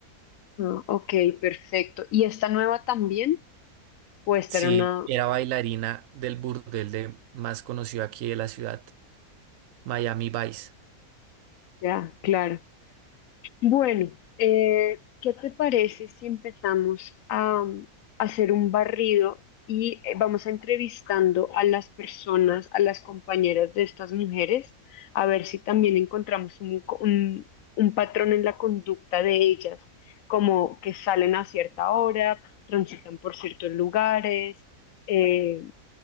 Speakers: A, on the left; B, on the right.
A: Ah, ok, perfecto. ¿Y esta nueva también? Pues
B: Sí,
A: era una,
B: era bailarina del burdel de, más conocido aquí de la ciudad, Miami Vice.
A: ya, claro. Bueno, eh, ¿qué te parece si empezamos a, um, hacer un barrido y eh, vamos a entrevistando a las personas, a las compañeras de estas mujeres, a ver si también encontramos un, co- un- un patrón en la conducta de ellas, como que salen a cierta hora, transitan por ciertos lugares, eh,